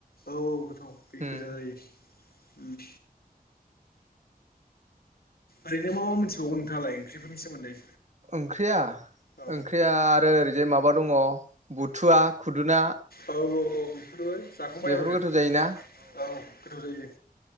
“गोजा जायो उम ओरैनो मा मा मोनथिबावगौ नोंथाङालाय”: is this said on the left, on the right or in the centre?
Left